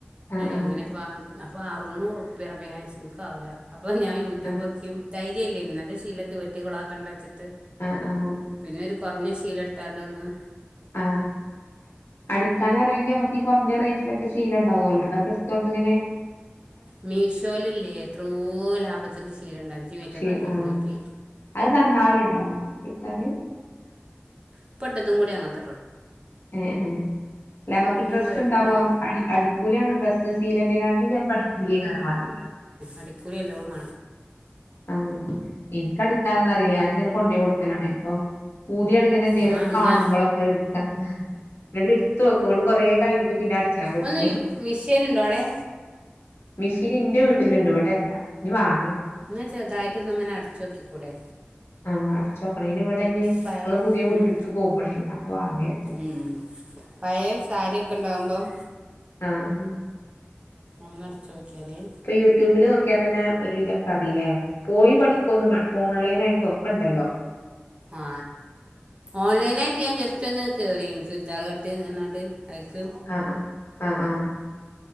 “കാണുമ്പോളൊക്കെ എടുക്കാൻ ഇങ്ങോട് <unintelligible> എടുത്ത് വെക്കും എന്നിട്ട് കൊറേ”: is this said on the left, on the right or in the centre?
Left